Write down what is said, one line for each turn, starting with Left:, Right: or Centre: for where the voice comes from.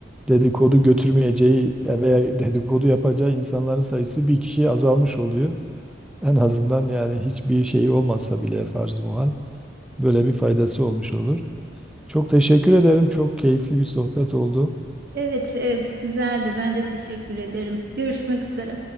Centre: dedikodu götürmeyeceği ya veya dedikodu yapacağı insanların sayısı bir kişiye azalmış oluyor. En azından yani hiçbir şey olmazsa bile farz-ı muhal böyle bir faydası olmuş olur. Çok teşekkür ederim. Çok keyifli bir sohbet oldu.
Right: Evet evet güzeldi ben de teşekkür ederim. Görüşmek üzere.